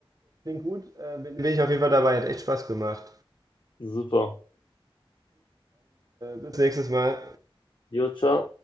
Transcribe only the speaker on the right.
Bin ich ich auf jeden Fall dabei, hat echt Spaß gemacht.
Bis nächstes Mal.